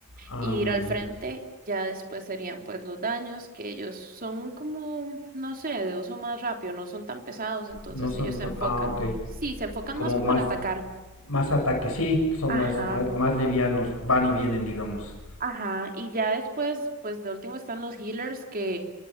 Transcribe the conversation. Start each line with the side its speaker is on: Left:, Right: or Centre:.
Left: Ah,
Right: y
Left: muy
Right: ir al
Left: bien.
Right: frente. Ya después serían pues los daños, que ellos son como, no sé, de uso más rápido, no son tan pesados, entonces
Left: No son
Right: ellos
Left: tan...
Right: se enfocan,
Left: Ah, ok.
Right: sí, se enfocan
Left: Como
Right: más como
Left: más,
Right: en atacar.
Left: más ataques, sí, son
Right: Ajá.
Left: más, más, más livianos, van y vienen, digamos.
Right: Ajá, y ya después, pues de último están los healers que,